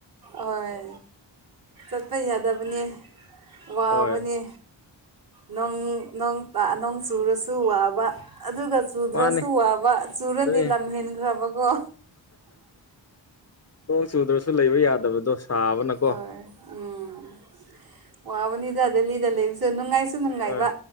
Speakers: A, on the right (about 50°); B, on the left (about 35°).
A: ꯍꯣꯏ ꯆꯠꯄ ꯌꯥꯗꯕꯅꯦ ꯋꯥꯕꯅꯦ
B: ꯍꯣꯏ
A: ꯅꯣꯡ ꯄꯥ ꯅꯣꯡ ꯆꯨꯔꯁꯨ ꯋꯥꯕ ꯑꯗꯨꯒ ꯆꯨꯗ꯭ꯔꯁꯨ
B: ꯃꯥꯅꯦ
A: ꯋꯥꯕ ꯆꯨꯔꯗꯤ
B: ꯑꯗꯨꯅꯦ
A: ꯂꯝꯍꯦꯟꯈ꯭ꯔꯕꯀꯣ
B: ꯅꯣꯡ ꯆꯨꯗ꯭ꯔꯁꯨ ꯂꯩꯕ ꯌꯥꯗꯕꯗꯣ ꯁꯥꯕꯅꯀꯣ
A: ꯍꯣꯏ ꯎꯝ ꯋꯥꯕꯅꯤꯗ ꯗꯦꯂꯤꯗꯥ ꯂꯩꯕꯁꯦ ꯅꯨꯡꯉꯥꯏ ꯁꯨ ꯅꯨꯡꯉꯥꯏꯕ
B: ꯍꯣꯏ